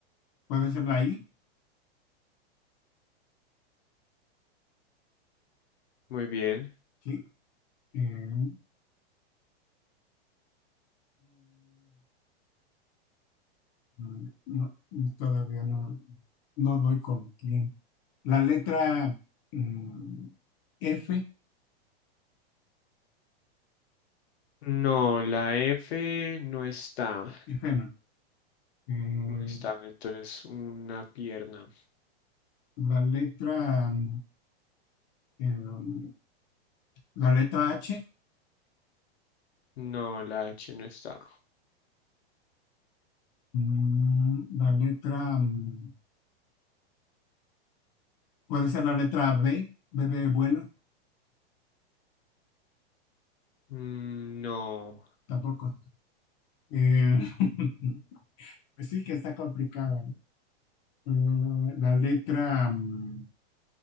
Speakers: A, on the left; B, on the left.
A: puede ser la I,
B: Muy bien.
A: Sí, eh, mm, mm, no, todavía no, no doy con quién. La letra mm, F,
B: No, la F no está.
A: F no. eh,
B: No está. Entonces, una pierna.
A: la letra, mm, eh, la letra H,
B: No, la H no está.
A: mm, la letra, mm, puede ser la letra B, B de bueno,
B: Mm, no.
A: tampoco. Eh, <laughs> pues sí que está complicada. ¿no? Eh, la letra, mm,